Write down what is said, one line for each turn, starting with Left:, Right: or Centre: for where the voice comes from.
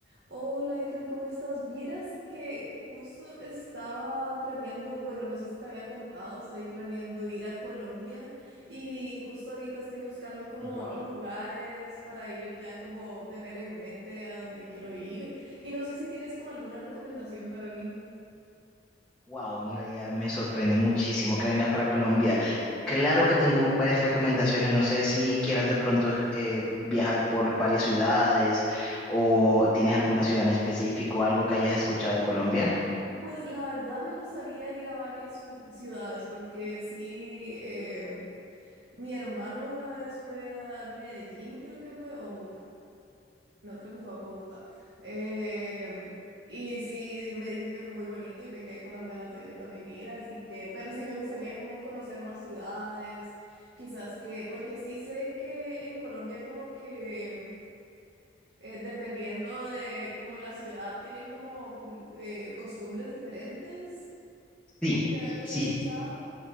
Right: Hola, Ethan, ¿cómo estás? Vieras que justo estaba planeando, bueno, no sé si te había contado, estoy planeando ir a Colombia y justo ahorita estoy buscando como
Centre: Wow,
Right: lugares para ir ya como tener en mente a dónde quiero ir y no sé si tienes como alguna recomendación para mí.
Centre: wow, en realidad me sorprende muchísimo que vengas para Colombia. Claro que tengo varias recomendaciones, no sé si quieras de pronto eh, viajar por varias ciudades o tienes alguna ciudad en específico, algo que hayas escuchado de Colombia.
Right: Pues la verdad me gustaría ir a varias ciu- ciudades porque sí, em, mi hermano una vez fue a Medellín, creo que fue, o a Bogotá. No, creo que fue a Bogotá. Em, y sí, di- me dijo que fue muy bonito y me quedé con las ganas de yo también ir, así que, pero sí me gustaría como conocer más ciudades, quizás que, porque sí sé que en Colombia como que eh, dependiendo de como la ciudad tienen como cul- eh, costumbres diferentes.
Centre: Sí,
Right: Creo que algo así
Centre: sí,
Right: he escuchado.